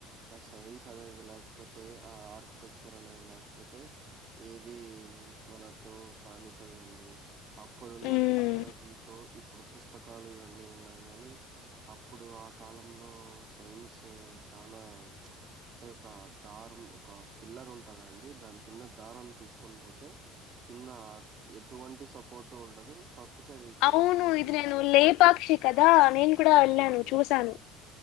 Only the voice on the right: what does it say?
ఒక సైన్స్ అనేది లేకపోతే ఆ ఆర్ టెక్చర్ అనేది లేకపోతే ఏవి మనతో కాని పని అండి అప్పుడున్న
టెక్నాలజీతో ఇప్పుడు పుస్తకాలు ఇవన్నీ ఉన్నాయి కానీ అప్పుడు ఆ కాలంలో సైన్స్ చాలా అంటే ఒక దారం ఒక పిల్లర్ ఉంటదండి దాని కింద దారం తీసుకొని పోతే కింద ఎటువంటి సపోర్ట్ ఉండదు కాకపోతే అది
కనీసం అంటే
అవునండి